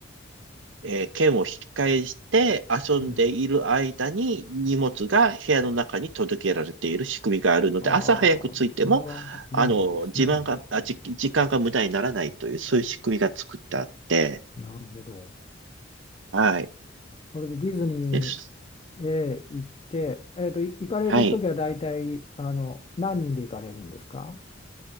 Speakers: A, on the right; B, on the left.
A: う、えー剣を引き返して遊んでいる間に荷物が部屋の中に届けられている仕組みがあるので、
B: うん。ああ、
A: 朝早く着いても、
B: それは便利ですね。
A: あの、時間が、あ、じ、時間が無駄にならないという、そういう仕組みが作ってあって、
B: なるほど。
A: はい。
B: それでディズニ
A: です。
B: ーへ行って、えっと、い行かれるときは大体、
A: はい。
B: あの、何人で行かれるんですか